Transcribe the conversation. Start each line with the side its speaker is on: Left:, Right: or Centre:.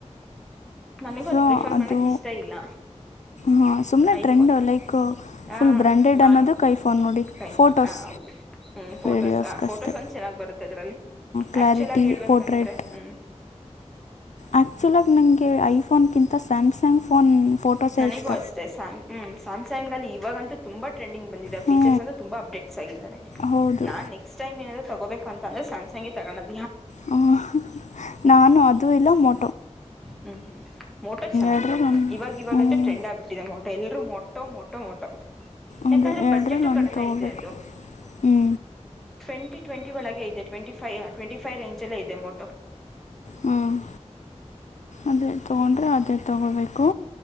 Centre: ನನಗೂ
Left: ಸೊ
Centre: ಅದ ಪ್ರಿಫರ್
Left: ಅದು
Centre: ಮಾಡಕ್ ಇಷ್ಟ ಇಲ್ಲ
Left: ಹಾಂ ಸುಮ್ಮನೆ
Centre: ಐಫೋನ್
Left: ಟ್ರೆಂಡು ಲೈಕ್
Centre: ಹಾ
Left: ಫುಲ್ ಬ್ರ್ಯಾಂಡೆಡ್
Centre: ನಾನು
Left: ಅನ್ನೋದಕ್ಕೆೈ ಫೋನ್ ನೋಡಿ
Centre: ಕೈಫೋನ್
Left: ಫೋಟೋಸ್
Centre: ಹಾ ಹೌದು ಹ್ಮ್ ಫೋಟೋಸ್
Left: ವೀಡಿಯೋಸ್
Centre: ಹ
Left: ಕಷ್ಟು
Centre: ಫೋಟೋಸ್ ಒಂದ್ ಚೆನ್ನಾಗ್ ಬರುತ್ತೆ ಅದರಲ್ಲಿ
Left: ಕ್ಲಾರಿಟಿ
Centre: ಆಕ್ಚುಲ್ ಆಗಿ ಹೇಳ್ಬೇಕಂದ್ರೆ
Left: ಪೋರ್ಟ್ರೇಟ್
Centre: ಹ್ಮ್
Left: ಆ್ಯಕ್ಚುಲಾಗಿ ನನಗೆ ಐಫೋನ್ಗಿಂತ ಸ್ಯಾಮ್ಸಂಗ್ ಫೋನ್ ಫೋಟೋಸೇ
Centre: ನನಗೂ
Left: ಇಷ್ಟ
Centre: ಅಷ್ಟೆ ಸಾಮ್ ಹ್ಮ ಸಾಮ್ಸಾಯಂಗ್ ಅಲ್ಲಿ ಇವಾಗಂತೂ ತುಂಬಾ ಟ್ರೆಂಡಂಗ್ ಬಂದ
Left: ಹ್ಞೂ
Centre: ಫೀಚರ್ಸ್ಂದ್ರ ತುಂಬಾ ಅಪ್ಡೇಟ್ಸ್ ಆಗಿದ್ದಾರೆ
Left: ಹೌದು
Centre: ನಕ್ಸ್ ಟೈಮ ಏನ್ರೆ ತಗೋಬೇಕ ಅಂತಂದ್ರೆ ಸ್ಯ್ಸಂಗ ತಗೋದ
Left: ಹ ನಾನು ಅದು ಇಲ್ಲ ಮೊ
Centre: ಹ್ಮ್ ಹ್ಮ್ ಮೋಟೋ ಚೆನ್ನಾಗಿದೆ
Left: ಎರಡರಲ್ಲಿ
Centre: ಇವಾಗ ಇವಾಗಂತೂ
Left: ಒಂದು
Centre: ಟ್ರೆಂಡ್
Left: ಹ್ಞೂ
Centre: ಆಗ್ಬಿಟ್ಟಿದೆ ಮೋಟೋ ಎಲ್ಲರೂ ಮೋಟ ಮೊಟ್ಟೋ ಮೊಟೋ ಮೊಟೋ
Left: ಅದೇ
Centre: ಯಾಕಂದ್ರೆ
Left: ಎರಡರಲ್ಲಿ
Centre: ಬಜೆಟ್ಟು
Left: ಒಂದು
Centre: ಕಡಿಮೆ
Left: ತೊಗೋಬೇಕು
Centre: ಇದೆ ಅದು
Left: ಹ್ಞೂ
Centre: ಟ್ವೆಂಟಿ ಒಳಗೆ ಇದೆ ಟ್ವೆಂಟಿ ಫೈ ಟ್ವೆಂಟಿ ಫೈವ ರೇಂಜಲ್ಲೆ ಇದೆ ಮೋಟೋ
Left: ಹ್ಮ್ ಅದೇ ತಗೊಂಡ್ರೆ ಅದೇ ತಗೋಬೇಕು